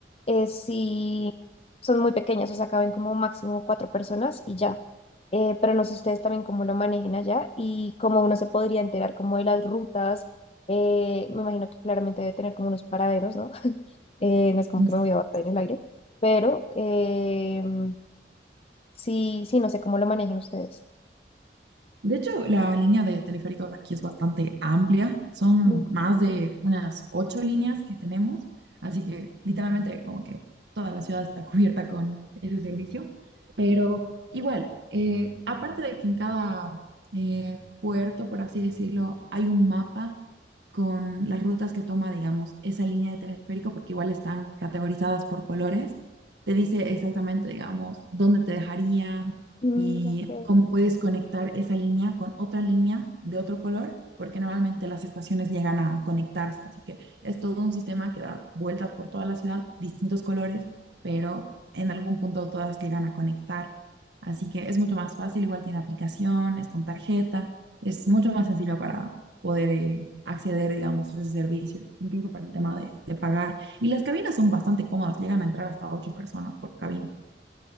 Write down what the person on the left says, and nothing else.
eh, sí son muy pequeñas, o sea, caben como máximo cuatro personas y ya. Eh, pero no sé ustedes también cómo lo manejen allá y cómo uno se podría enterar como de las rutas. Eh, me imagino que claramente debe tener como unos paraderos, ¿no? <laughs> Eh, no es como
que me voy a bajar en el aire, pero... em, Sí, sí, no sé cómo lo manejan ustedes.
Mm,
mm,
ok,